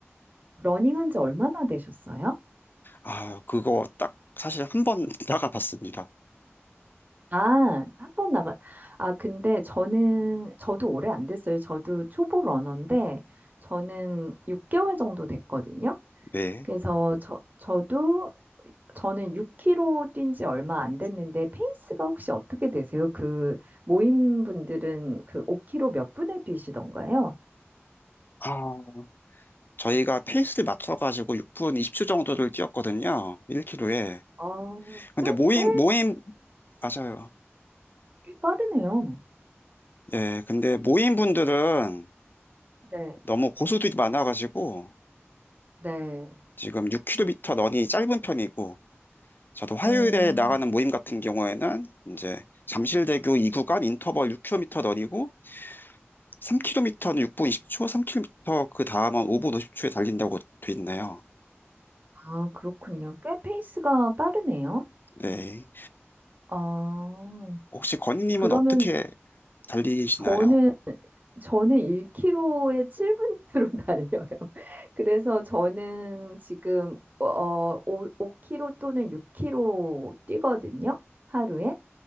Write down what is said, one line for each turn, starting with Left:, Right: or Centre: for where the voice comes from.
Right: 러닝한 지 얼마나 되셨어요?
Left: 아, 그거 딱 사실 한 번 <laughs> 나가 봤습니다.
Right: 아, 한 번 나가, 아, 근데 저는, 저도 오래 안 됐어요. 저도 초보 러너인데, 저는 6개월 정도 됐거든요.
Left: 네.
Right: 그래서 저, 저도 저는 6km 뛴 지 얼마 안 됐는데 페이스가 혹시 어떻게 되세요? 그 모임 분들은 그 5km 몇 분에 뛰시던가요?
Left: 아, 저희가 페이스를 맞춰가지고 6분 20초 정도를 뛰었거든요. 1km에.
Right: 어,
Left: 근데
Right: 꽤,
Left: 모임,
Right: 꽤,
Left: 모임, 맞아요.
Right: 꽤 빠르네요.
Left: 예, 근데 모임 분들은
Right: 네,
Left: 너무 고수들이 많아가지고
Right: 네.
Left: 지금 6km 런이 짧은 편이고 저도 화요일에
Right: 음,
Left: 나가는 모임 같은 경우에는 이제 잠실대교 2구간 인터벌 6km 런이고 3km는 6분 20초, 3km 그 다음은 5분 50초에 달린다고 돼 있네요.
Right: 아, 그렇군요. 꽤 페이스가 빠르네요.
Left: 네.
Right: 아,
Left: 혹시 건희님은
Right: 그러면
Left: 어떻게 달리시나요?
Right: 저는 저는 1km에 7분으로 <laughs> 달려요. 그래서 저는 지금 어, 5, 5km 또는 6km 뛰거든요. 하루에.